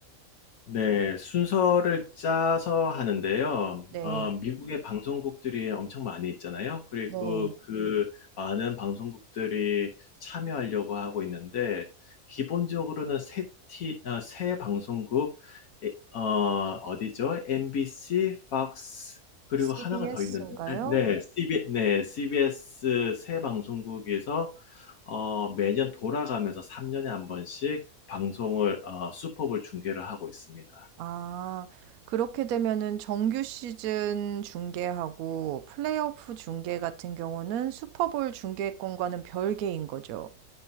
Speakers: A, on the left (about 70°); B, on the right (about 75°).
A: 네, 순서를 짜서 하는데요.
B: 네,
A: 어, 네. 미국의 방송국들이 엄청 많이 있잖아요. 그리고
B: 네.
A: 그 많은 방송국들이 참여하려고 하고 있는데, 기본적으로는 세 티, 아, 세 방송국, 에, 어, 어디죠? MBC, Fox, 그리고
B: CBS인가요?
A: 하나가 더 있는데, 아, 네, CB, 네, CBS 세 방송국에서 어, 매년 돌아가면서 3년에 한 번씩 방송을 어, 수법을 중계를 하고 있습니다.
B: 아, 그렇게 되면은 정규 시즌 중계하고 플레이오프 중계 같은 경우는 슈퍼볼 중계권과는 별개인 거죠.